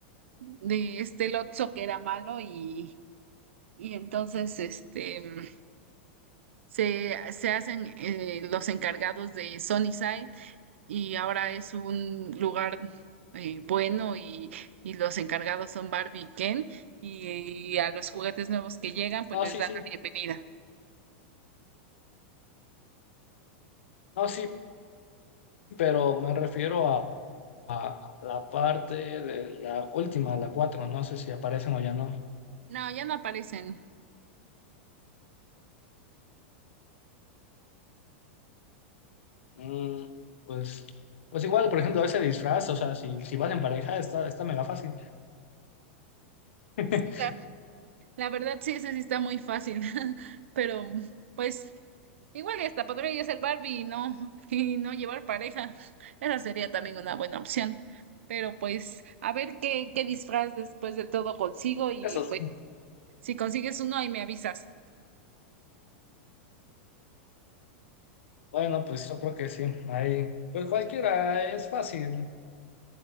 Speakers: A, on the right; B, on the left.
A: de este Lotso que era malo y, y entonces este se, se hacen eh, los encargados de Sunnyside y ahora es un lugar eh, bueno y, y los encargados son Barbie y Ken y, a los juguetes nuevos que llegan pues
B: No,
A: les
B: sí,
A: dan
B: sí.
A: la bienvenida.
B: No, sí, pero me refiero a, a la parte de la última, la cuatro. No sé si aparecen o ya no.
A: No, ya no aparecen.
B: Mm, pues, pues igual, por ejemplo, ese disfraz, o sea, si, si van en pareja, está, está mega fácil. <laughs>
A: Sí, la- La verdad sí, ese sí está muy fácil, <laughs> pero pues igual y hasta podría yo ser Barbie y no, <laughs> y no llevar pareja. Esa sería también una buena opción. Pero pues a ver qué, qué disfraz después de todo consigo y
B: Eso
A: pues
B: sí.
A: si consigues uno ahí me avisas.
B: Bueno, pues yo creo que sí. Ahí, pues cualquiera es fácil.